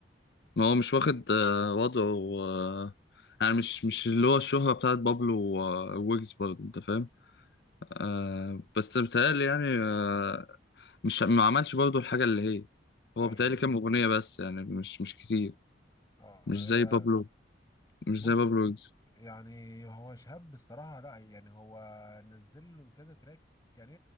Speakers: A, on the left; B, on the left.
A: ما هو مش واخد آه، وضعه آه، يعني مش مش اللي هو الشهرة بتاعت بابلو و- وويجز برضه انت فاهم؟ آه بس بيتهيألي يعني آه مش ما عملش برضه الحاجة اللي هي
B: ايوه
A: هو بيتهيألي كام أغنية بس يعني مش مش كتير
B: آه,
A: مش
B: اه
A: زي بابلو مش
B: بص
A: زي بابلو ويجز
B: يعني هو شهاب الصراحه لا يعني هو نزل له كذا تراك يعني